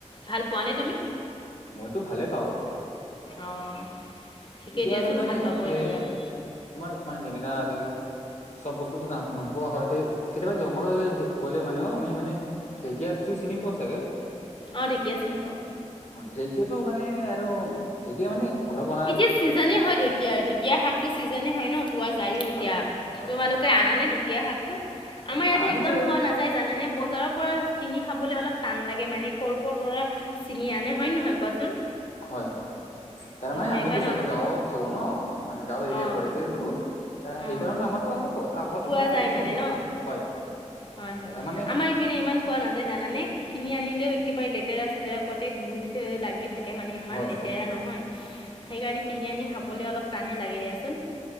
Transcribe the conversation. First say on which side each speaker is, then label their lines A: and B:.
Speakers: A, on the left; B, on the left.
A: ভাল পোৱা নে তুমি?
B: মইতো ভালে পাওঁ।
A: অ' ঠিকেই
B: এতিয়া
A: দিয়াচোন
B: আৰু মানে
A: ভাল পাবই
B: এ
A: লাগে আৰু।
B: তোমাৰ মানে যেনেকা আৰু, চব বস্তুটো নপ পোৱা হয় কেতিয়াবা জংঘললৈ গ'লে মানেও, আমি মানে ঢেঁকীয়াটো চিনি পোৱা চাগে?
A: অ ঢেকীয়া চিনি পাও
B: ঢেঁকীয়াতো মানে আৰু ঢেঁকীয়া মানে ঘৰ বন
A: এতিয়া ছিজনে হয় ঢেঁকীয়াৰ, ঢেঁকীয়াৰ শাকটো ছিজনে হয় ন! পোৱা যায়ো এতিয়া।
B: হয় হয়
A: তোমালোকে আনানে ঢেকীয়া শাক তো? আমাৰ
B: এ
A: ইয়াতে
B: আমিতো
A: একদম পোৱা নাযায় জানানে ব বজাৰৰ পৰা কিনি খাবলৈ অলপ টান লাগে মানে। ক'ৰ ক'ৰ পৰা ছিঙি আনে হয় নে নহয় কোৱাচোন?
B: হয় হয়। তাৰ মানে
A: সেইকাৰণে
B: আমিতো গা
A: অলপ
B: গাঁৱত থাকো ন? মানে গাঁৱৰ এৰিয়াত
A: অঁ
B: পৰে যে এইটো আ সেইকাৰণে
A: অঁ।
B: আমাৰতো আৰু কাষতে
A: পোৱা
B: থাকে
A: যায়
B: আৰু
A: মানে
B: চব বস্তু,
A: ন
B: হয়।
A: হয় হয়।
B: তাৰ মানে
A: আমাৰ ইপিনে ইমান পোৱা নাযায় জানানে? কিনি আনিলেও একেবাৰে লেতেৰা চেতেৰা কতে গু লাগি থাকে মানে ইমান
B: হয়
A: লেতেৰা
B: হয় হয়
A: নহয় সেইকাৰণে কিনি আনি খাবলৈ অলপ টানেই লাগে দিয়াচোন।